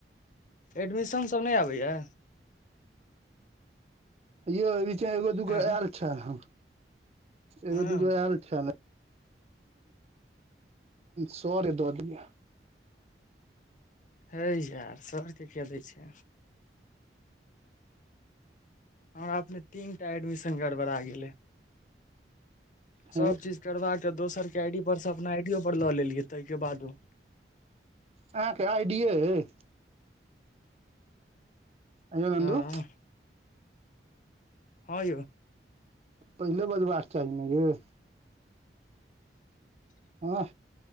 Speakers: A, on the left (about 45°); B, on the right (about 35°).
A: एडमिशन सब नइ आबैया
B: यौ बीचा एगो दूगो
A: एँ
B: आयल छैल ह एगो
A: हँ
B: दूगो आयल छैल सर दऽ दिअ
A: है यार सर के किया दय छे हमरा अपने तीन टा एडमिशन गड़बड़ा गेलय
B: हे
A: सब चीज करवा के दोसर के आई डी पर से अपना आई डीयो पर लऽ लेलियै तइके बादो
B: अहाँके आईडी यइ अय नेन्द
A: हँ
B: <inaudible>
A: हँ यौ
B: पहिले बजबाक चाही ने यउ हँ